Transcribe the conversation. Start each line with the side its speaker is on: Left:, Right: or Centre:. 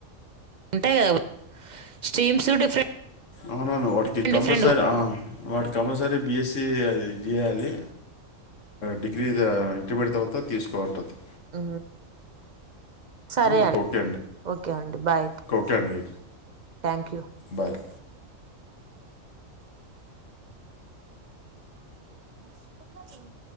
Right: ఉంటాయి కదా స్ట్రీమ్స్ డిఫరెంట్
Left: అవునవును వాటికి కంపల్సరీ
Right: డిఫరెంట్
Left: ఆ వాటికి కంపల్సరీ బిఎస్సి అది జెయాలి డిగ్రీ ఇంటర్మీడియట్ తర్వాత తీసుకో అంటుంది
Right: ఆ సరే
Left: ఓకే
Right: అండి
Left: ఓకే
Right: ఓకే అండి బాయ్
Left: ఓకే ఓకే అండి
Right: thank you
Left: bye
Right: good morning